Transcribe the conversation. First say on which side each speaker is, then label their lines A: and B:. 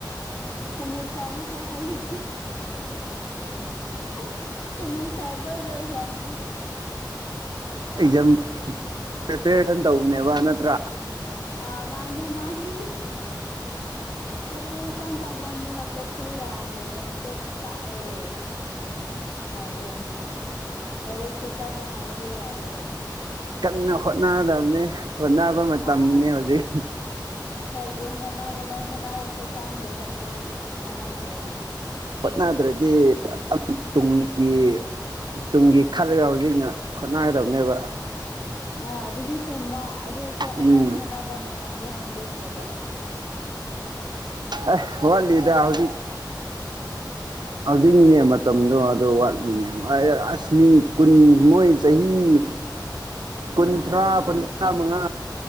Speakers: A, on the left; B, on the right.
A: ꯁꯃꯁꯇꯔ ꯅꯠꯇꯦ ꯑꯩꯈꯣꯏꯒꯤꯗꯤ꯫ ꯍꯤ ꯍꯤ ꯁꯤꯃꯤꯁꯇꯔ ꯂꯣꯏ ꯂꯣꯏꯈ꯭ꯔꯕꯅꯦ
B: ꯑꯦꯛꯖꯥꯝ ꯄ꯭ꯔꯤꯄꯦꯔꯦꯁꯟ ꯇꯧꯕꯅꯦꯕ ꯅꯠꯇ꯭ꯔꯥ
A: ꯑ ꯃꯥꯅꯦ ꯃꯥꯅꯦ ꯄ꯭ꯔꯤꯄꯦꯔꯦꯁꯟ ꯇꯧꯃꯟꯕꯅꯀꯣꯛ ꯁꯦ ꯌꯥꯗ꯭ꯔꯦꯅꯦ ꯀꯣꯛ ꯆꯥꯛꯑꯦ ꯌꯥꯗ꯭ꯔꯦ ꯐꯔꯦ ꯆꯨꯆꯥꯉꯥ ꯍꯥꯏꯔꯁꯨ ꯌꯥꯗꯦ
B: ꯀꯟꯅ ꯍꯣꯠꯅꯒꯗꯕꯅꯦ ꯍꯣꯠꯅꯕ ꯃꯇꯝꯅꯤꯅꯦ
A: ꯑꯁ
B: ꯍꯧꯖꯤꯛ
A: ꯀꯩꯒꯤ ꯍꯣꯠꯅꯕꯅꯣ ꯍꯣꯠꯅꯔꯁꯨ ꯆꯪꯗ꯭ꯔꯦꯗ ꯑꯩꯈꯣꯏꯗꯤ ꯀꯥꯟꯅꯗ꯭ꯔꯦꯗ
B: ꯍꯣꯠꯅꯗ꯭ꯔꯗꯤ ꯇꯨꯡꯒꯤ ꯇꯨꯡꯒꯤ ꯈꯜꯂꯒ ꯍꯧꯖꯤꯛꯅ ꯈꯣꯠꯅꯒꯗꯕꯅꯦꯕ
A: ꯑ ꯑꯗꯨꯗꯤ ꯆꯨꯝꯕ ꯑꯗꯨ ꯑꯣꯏꯔꯁꯨ ꯑꯩꯈꯣꯏ
B: ꯎꯝ
A: ꯍꯣꯠꯅꯕ ꯃꯇꯝꯗꯣ ꯍꯦꯟꯗꯣꯛꯈ꯭ꯔꯦꯕ
B: ꯑꯦ ꯋꯥꯠꯂꯤꯗ ꯍꯧꯖꯤꯛ ꯍꯧꯖꯤꯛꯅꯤꯅꯦ ꯃꯇꯝꯗꯣ ꯑꯗꯨ ꯋꯥꯠꯂꯤꯅꯦ ꯑꯁꯃꯤ ꯀꯨꯟ ꯃꯣꯏ ꯆꯍꯤ ꯀꯨꯟꯊ꯭ꯔꯥ ꯀꯨꯟꯊ꯭ꯔꯥ ꯃꯉꯥ